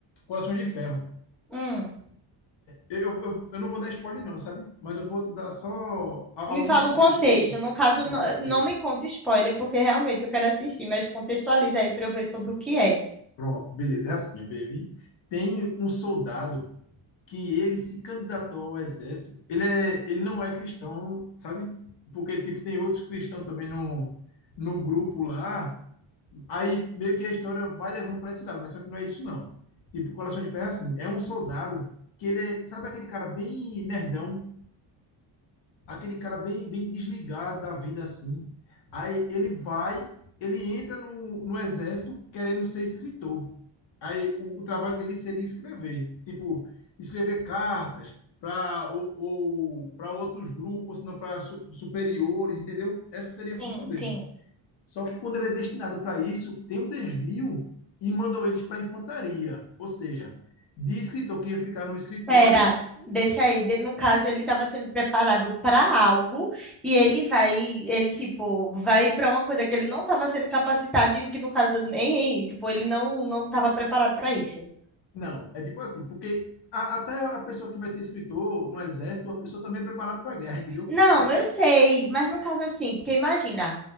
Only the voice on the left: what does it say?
Corações de Ferro.
Eu, eu, eu- eu não vou dar spoiler não, sabe? Mas eu vou te dar só a-
alguns
trechos,
o
contexto.
Pronto, beleza, é assim, baby. Tem um soldado que ele se candidatou ao exército. Ele, é, ele não é cristão, sabe? Porque, tipo, tem outros cristãos também no, no grupo lá. Aí meio que a história vai levando para esse lado, mas só que não é isso, não. Tipo, Coração de Ferro é assim: é um soldado que ele é, sabe aquele cara bem nerdão aquele cara bem, bem desligado da vida assim. Aí ele vai, ele entra no, no exército querendo ser escritor. Aí o, o trabalho dele seria escrever, tipo, escrever cartas para ou, ou para outros grupos, ou se não para su, superiores, entendeu? Essa seria a
função dele.
Só que quando ele é destinado para isso, tem um desvio e mandam eles para a infantaria, ou seja, de escritor que ia ficar no escritório
Não, é tipo assim, porque a- até a pessoa que vai ser escritor no exército, a pessoa também é preparada para a guerra, entendeu?
Porque.